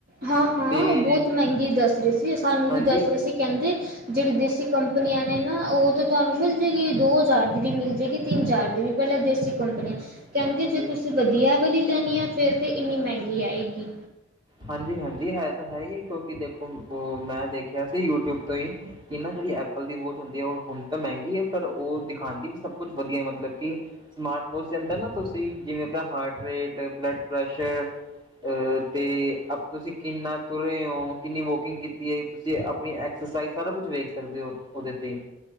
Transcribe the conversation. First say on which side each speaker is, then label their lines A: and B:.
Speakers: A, on the right; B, on the right.
A: ਹਾਂ ਹਾਂ
B: ਤੇ
A: ਉਹ ਬਹੁਤ ਮਹਿੰਗੀ ਦੱਸ ਰਹੇ ਸੀ ਸਾਨੂੰ
B: ਹਾਂਜੀ
A: ਵੀ ਦੱਸ ਰਹੇ ਸੀ ਕਹਿੰਦੇ ਜਿਹੜੀ ਦੇਸੀ ਕੰਪਨੀਆਂ ਨੇ ਨਾ ਉਹ ਤਾਂ ਤੁਹਾਨੂੰ ਮਿਲ ਜਾਏਗੀ, ਦੋ ਹਜ਼ਾਰ ਦੀ ਵੀ ਮਿਲ ਜਾਏਗੀ ਤਿਨ ਚਾਰ ਹਜ਼ਾਰ ਦੀ ਵੀ ਪਹਿਲਾਂ ਵਿਦੇਸੀ ਕੰਪਨੀਆ ਕਹਿਦੇ
B: ਹਾਂਜੀ
A: ਜੇ ਤੁਸੀ ਵਧੀਆ ਵਾਲੀ ਲੈਣੀ ਹੈ। ਫਿਰ ਤਾਂ ਇਨੀ ਮਹਿਗੀ ਆਏਗੀ
B: ਹਾਂਜੀ ਹਾਂਜੀ ਇਹ ਤਾਂ ਹੈ। ਹੀ ਹੈ। ਕਿਉ ਕਿ ਦੇਖੋ ਉਹ ਮੈਂ ਦੇਖਿਆ ਸੀ ਯੂਟਿਊਬ ਤੋ ਹੀ ਕਿ ਨਾ ਜਿਹੜੀ ਐਪਲ ਦੀ ਵਾਚ ਹੁੰਦੀ ਹੈ। ਉਹ ਹੁਣ ਤਾਂ ਮਹਿੰਗੀ ਹੈ। ਪਰ ਉਹ ਦਿਖਾਉਦੀ ਵੀ ਸਭ ਕੁਛ ਵਧੀਆ ਮਤਲਬ ਕਿ ਸਮਾਨ ਹੋ ਜਾਦਾ ਨਾ ਤੁਸੀ ਜਿਵੇ ਆਪਣਾ heart pressure rate blood pressure ਅਤੇ ਤੁਸੀ ਕਿਨਾ ਤੁਰੇ ਹੋ ਕਿਨੀ ਵੋਕਿਗ ਕੀਤੀ ਹੈ। ਤੁਸੀ ਆਪਣੀ ਐਕਸਰਸਾਈਜ ਸਾਰਾ ਕੁਛ ਵੇਖ ਸਕਦੇ ਹੋ ਉਹਦੇ ਤੇ